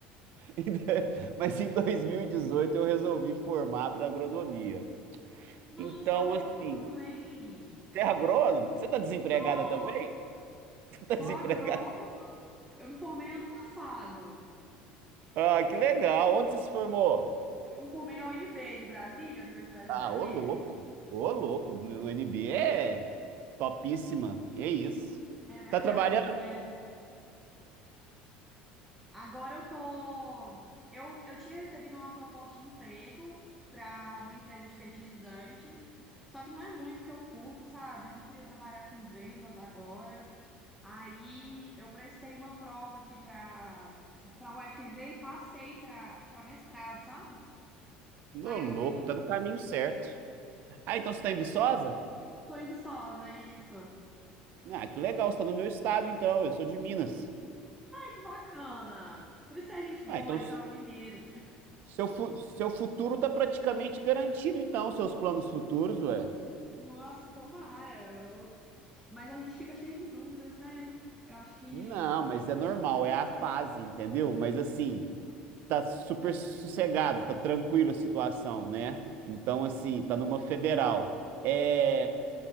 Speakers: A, on the right; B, in the centre.
A: <laughs> Mas em 2018 eu resolvi formar para agronomia.
B: não,
A: Então,
B: eu sou agrônoma
A: assim,
B: também.
A: você é agrônoma? Você está desempregada
B: Sou,
A: também? <laughs> Você está
B: sou
A: desempregada?
B: agrônoma. Eu me formei ano passado.
A: Ah, que legal! Onde você se formou?
B: Eu me formei na UNB de Brasília, Universidade de
A: Ah,
B: Brasília.
A: ô louco! Ô louco! O NB é topíssima. Que isso?
B: É, minha
A: Tá
B: casinha.
A: trabalhando?
B: Agora eu tô. Eu, eu tinha recebido uma proposta de emprego para uma empresa de fertilizante, só que não é muito que eu curto, sabe? Eu não queria trabalhar com vendas agora. Aí eu prestei uma prova aqui para para UFV e passei para para mestrado, sabe?
A: Ô,
B: Aí
A: louco,
B: eu vim.
A: tá no caminho certo. Ah, então você tá em Viçosa?
B: Tô em Viçosa, isso. Ai,
A: Ah, que legal, você tá no meu estado então, eu sou de Minas.
B: que bacana. Por isso é gente boa,
A: Ah, então
B: então,
A: s-
B: mineiro.
A: seu, fu- seu futuro tá praticamente garantido então, seus planos futuros, ué.
B: Nossa, tomara. Eu, Mas a gente fica cheio de dúvidas, né? Eu acho que.
A: Não, mas é normal, é a fase, entendeu? Mas assim, tá super sossegado, tá tranquila a situação, né? Então assim, tá numa federal. É,